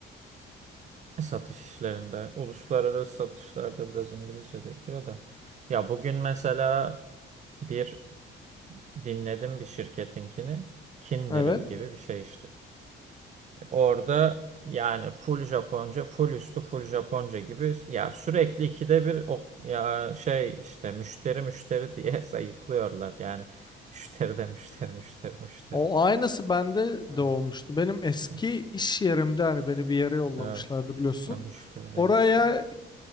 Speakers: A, on the right; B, on the left.
A: e, satış işlerinde uluslararası satışlarda biraz İngilizce de gidiyor da. Ya bugün mesela bir dinledim bir şirketinkini. Kindiril
B: Evet.
A: gibi bir şey işte. Orada yani full Japonca, full üstü full Japonca gibi ya sürekli ikide bir o ya şey işte müşteri müşteri diye <laughs> sayıklıyorlar. Yani müşteri de müşteri müşteri müşteri.
B: O aynısı bende de
A: Evet.
B: olmuştu. Benim eski
A: Evet.
B: iş yerimde hani beni bir yere yollamışlardı
A: evet.
B: biliyorsun.
A: Ya müşteri de
B: Oraya
A: müşteri.